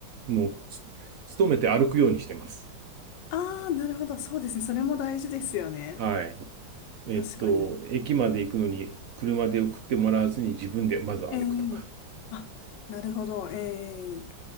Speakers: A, on the right (about 75°); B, on the left (about 70°).
A: う、もう、つ勤めて歩くようにしてます。
B: ああー、なるほど。そうですね。それも大事ですよね。
A: はい。えっと、
B: 確かに。
A: 駅まで行くのに車で送ってもらわずに自分でまず歩くとか。
B: ええあ、なるほど。ええ